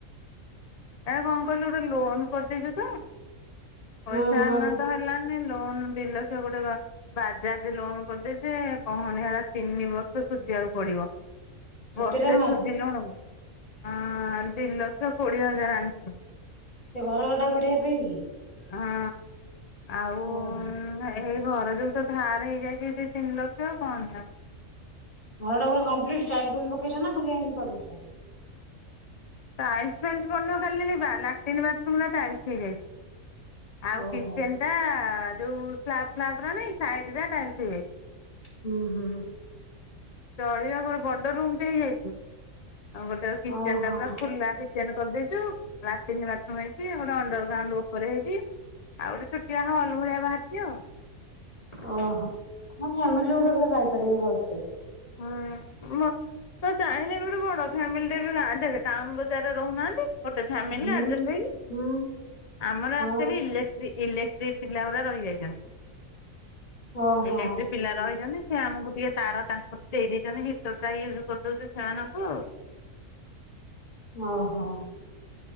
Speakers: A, on the left; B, on the left.
A: ଆ କଣ କହିଲୁ ଗୋଟେ ଲୋନ କରିଦେଇଛୁ ତ ପଇସା
B: ହଁ ହଁ
A: ଆମର ତ ହେଲାନି ଲୋନ୍ ଦି ଲକ୍ଷ ଗୋଟେ ବା ବାଜାଜ ଲୋନ କରିଦେଇଚି ଯେ କହନି ସେଟା ତିନି ବର୍ଷ ସୁ ସୁଜି ବାକୁ ପଡିବ।
B: କେତେ
A: ବର୍ଷେ
B: ଟଙ୍କା
A: ସୁଝିଲୁଣୁ ଆ ଦି ଲକ୍ଷ କୋଡିଏ ହ ଜାରେ ଆଣିଛୁ।
B: ସେ ଘର ଗଡା କରିବା ପାଇଁ କି?
A: ହଁ ଆଉ
B: ଓହୋ
A: ହେଇ ହେଇ ଘର ଯୋଉ ତ ଧାର ହେଇଯାଇଛି ଦି ତିନି ଲକ୍ଷ କହନି ଆଉ।
B: ଘର ଟା ପୁରା କମ୍ପ୍ଲିଟ ଟାଇଲ ଫାଇଲ ପକେଇଛ ନା ଖାଲି ଏମତି କରିଦେଇଚ।
A: ଟାଇଲସି ଫାଇଲସି ପଡିନି ମ ଖାଲି ବା ଲାଟିନ ବାଥରୁମ ରା ଟାଇଲସି ହେଇଯାଇଛି। ଆଉ
B: ଓହୋ।
A: କିଚେନ ଟା ଯୋଉ ସ୍ଲାପ ଫ୍ଲାପ ରା ନାଇ ସାଇଡ ରେ ଟାଇଲସ ହେଇଯାଇଛି।
B: ହୁଁ ହୁଁ।
A: ଚଳିବାକୁ ଗୋ ଗୋଟେ ବଡ ରୁମ ଟେ ହେଇଯାଇଛି। ଆଉ ଗୋଟେ କିଚେନ
B: ଓହୋ
A: ଟା ପୁରା ଖୁଲା କିଚେନ କରିଦେଇ ତୁ ଲାଟିନ ବାଥରୁମ ହେଇଛି ଗୋଟେ ଅଣ୍ଡର ଗ୍ରାଉଣ୍ଡ ଉପରେ ହେଇଛି। ଆଉ ଗୋଟେ ଛୋଟିଆ ହଲ ଭଳିଆ ବାହାରିଛି ଆଉ।
B: ଓହୋ ହଁ ଫ୍ୟାମିଲି ଗୋଟେ ପୁରା ରହିପାରିବେ ଭଲସେ।
A: ହଁ ମ ହଁ ଚାହିଁଲେ ବି ଗୋଟେ ବଡ଼ ଫ୍ୟାମିଲିରେ ବି ଗାଁ ଠେକେ ଟାଉନ ବଜାରରେ ରହୁନାହାନ୍ତି। ଗୋଟେ ଫ୍ୟାମିଲ
B: ହୁଁ।
A: ଆଡଯାଷ୍ଟ ହେଇକି
B: ହୁଁ
A: ଆମର
B: ହଁ
A: ଆମଚୁଲି ଇଲେକ୍ଟ୍ରି ଇଲେକ୍ଟ୍ରି ପିଲା ଗୁରା ରହିଯାଇ
B: ଓହୋ
A: ଇଲେକ୍ଟ୍ରିକ ପିଲା ରହିଛନ୍ତି ସେ ଆମକୁ ଟିକେ ତାର ତାଙ୍କ ଦେଇ ଦେଇଛନ୍ତି ହିଟର ଟା ୟୁଜ କରିଦଉଛୁ ସେମାନଙ୍କୁ।
B: ଓହୋ।